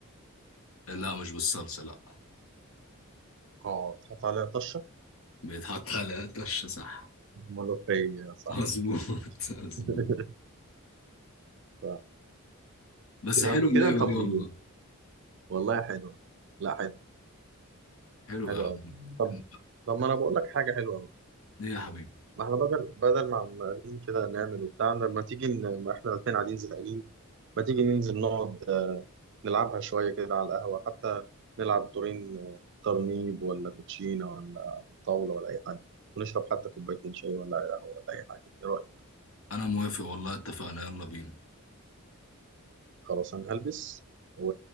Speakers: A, on the left; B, on the right.
A: <laughs> لا مش بالصلصة لا
B: اه تحط عليها طشة
A: بيتحط على الطشة صح
B: ملوخية يا صاحبي
A: مظبوط <laughs> مظبوط
B: <laughs> ف-
A: بس
B: كده
A: حلو اللعبة
B: كده انت مظبوط
A: دي والله
B: والله حلوة لا حلو
A: حلو
B: حلو
A: يا عم
B: قوي طب طب ما انا بقول لك حاجة حلوة قوي
A: ايه يا حبيبي
B: ما احنا بدل بدل ما عمالين كده نعمل وبتاع لما تيجي ن- ما احنا الاثنين قاعدين زهقانين ما تيجي ننزل نقعد نلعبها شوية كده على القهوة حتى نلعب دورين آه، ترنيب ولا كوتشينة ولا طاولة ولا أي حاجة ونشرب حتى كوبايتين شاي ولا قهوة ولا أي حاجة إيه رأيك؟
A: انا موافق والله اتفقنا يلا بينا
B: خلاص أنا هلبس و...